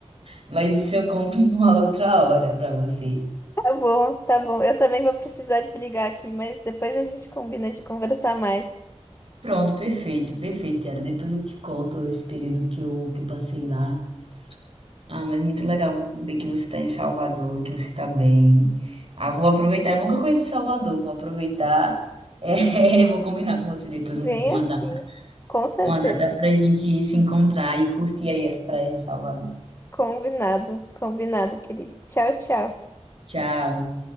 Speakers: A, on the right; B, on the left.
A: Mas isso eu conto <laughs> uma outra hora pra você.
B: Tá bom, tá bom. Eu também vou precisar desligar aqui, mas depois a gente combina de conversar mais.
A: Pronto, perfeito, perfeito, Yara. Depois eu te conto esse período que eu, que eu passei lá. Ah, mas muito legal saber que você está em Salvador, que você está bem. Ah, vou aproveitar. Eu nunca conheci Salvador, vou aproveitar. É, <laughs> vou combinar com você depois um-
B: Vem
A: uma
B: assim,
A: data,
B: com certeza.
A: uma data para a gente se encontrar e curtir aí as praias de Salvador.
B: Combinado, combinado, querida. Tchau, tchau.
A: Tchau.